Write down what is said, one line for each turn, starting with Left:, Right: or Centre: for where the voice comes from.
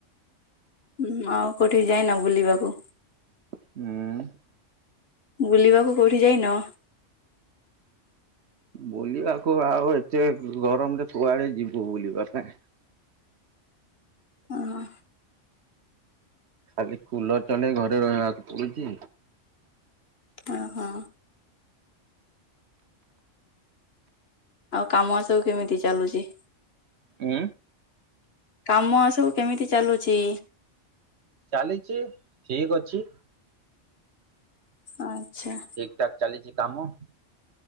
Left: ହୁଁ ଆଉ କୋଉଠିକି ଯାଇନ ବୁଲିବାକୁ।
Right: ହୁଁ।
Left: ବୁଲିବାକୁ କଉଠି ଯାଇନ।
Right: ବୁଲିବାକୁ ଆଉ ଏତେ ଗରମରେ କୁଆଡେ ଯିବୁ ବୁଲିବା ପାଇଁ।
Left: ଅ ହଁ।
Right: ଖାଲି କୁଲର ଚଲେଇ ଘରେ ରହିବାକୁ ପଡୁଛି।
Left: ହଁ ହଁ ଆଉ କାମ ସବୁ କେମିତି ଚାଲୁଛି।
Right: ଉଁ।
Left: କାମ ସବୁ କେମିତି ଚାଲୁଛି?
Right: ଚାଲିଛି ଠିକ ଅଛି।
Left: ଆଚ୍ଛା।
Right: ଠିକ ଠାକ ଚାଲିଛି କାମ।